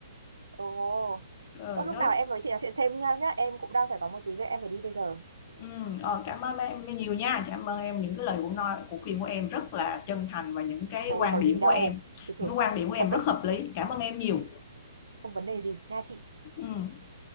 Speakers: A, on the right; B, on the left.
A: ồ
B: trời
A: có lúc
B: ơi
A: nào em nói chị nói chuyện thêm nha nhá em cũng đang phải có một tí việc em phải đi bây giờ
B: ừ, ờ, cảm ơn em nhiều nha cảm ơn em những cái lời của nói của khuyên của em rất là chân thành và những cái
A: thôi
B: quan
A: có
B: điểm
A: gì
B: của
A: đâu
B: em
A: thôi thôi
B: những cái quan điểm của em
A: không
B: rất
A: cần
B: hợp lý cảm ơn em nhiều
A: không vấn đề gì nha chị
B: ừ.